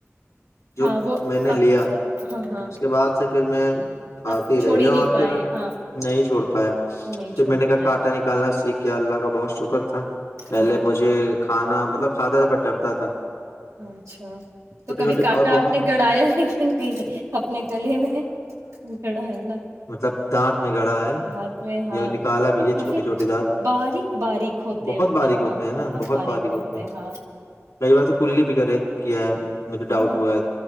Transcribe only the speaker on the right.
ہاں وہ
آپ
ہاں ہاں
آپ
چھوڑ
نہیں
پائے
ہاں
نہیں
چھوڑ
پائے
ہاں
اچھا
تو کبھی
کانٹا
آپ نے گڑایا ہے کہ نہیں اپنے گلے میں گڑا ہے نا
رات میں ہاں
کافی
باریک ب باریک ہوتے
مطلب
ہاں
بہت باریک ہوتے
ہاں
ہاں